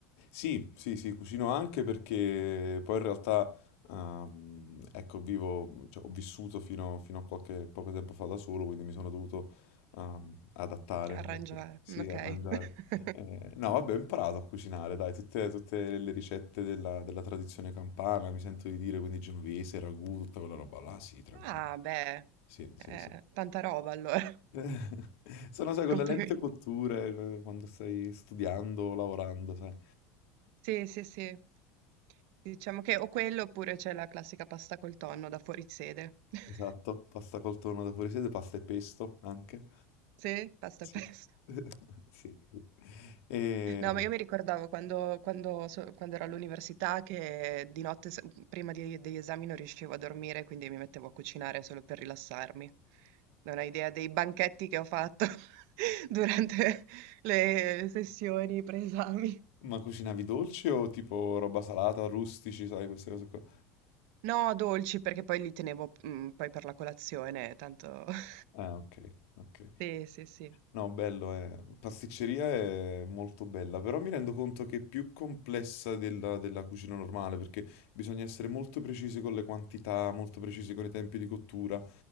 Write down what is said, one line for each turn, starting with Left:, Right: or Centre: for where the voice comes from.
Left: Sì, sì, sì, cucino anche perché poi in realtà, ehm, ecco, vivo, cioè, ho vissuto fino, fino a qualche poco tempo fa da solo, quindi mi sono dovuto, ehm, adattare,
Right: Arrangiare,
Left: ecco. Sì,
Right: mh, okay.
Left: arrangiare.
Right: <laughs>
Left: Eh, no, vabbè, ho imparato a cucinare, dai, tutte, tutte le ricette della, della tradizione campana, mi sento di dire, quindi genovese, ragù, tutta quella roba là, sì, tranquillo.
Right: Ah beh,
Left: Sì, sì,
Right: eh,
Left: sì.
Right: tanta roba allora,
Left: <laughs> Sono,
Right: <laughs>
Left: sai, con
Right: complimenti.
Left: le lente cotture, eh, quando stai studiando, lavorando, sai.
Right: Sì, sì, sì. Diciamo che o quello oppure c'è la classica pasta col tonno da fuorisede. <laughs>
Left: Esatto, pasta col tonno da fuorisede, pasta e pesto anche.
Right: Sì, pasta
Left: Sì.
Right: e pesto.
Left: <laughs> Sì. E...
Right: No, ma io mi ricordavo quando, quando so- quando ero all'università che di notte, se- prima di- degli esami, non riuscivo a dormire, quindi mi mettevo a cucinare solo per rilassarmi. Non hai idea dei banchetti che ho fatto <laughs> durante le sessioni pre-esami.
Left: Ma cucinavi dolci o tipo roba salata, rustici, sai, queste cose qua?
Right: No, dolci, perché poi li tenevo, mm, poi per la colazione, tanto... <laughs>
Left: Ah, ok, ok.
Right: Sì, sì, sì.
Left: No, bello, eh. Pasticceria è molto bella, però mi rendo conto che è più complessa della, della cucina normale, perché bisogna essere molto precisi con le quantità, molto precisi con i tempi di cottura.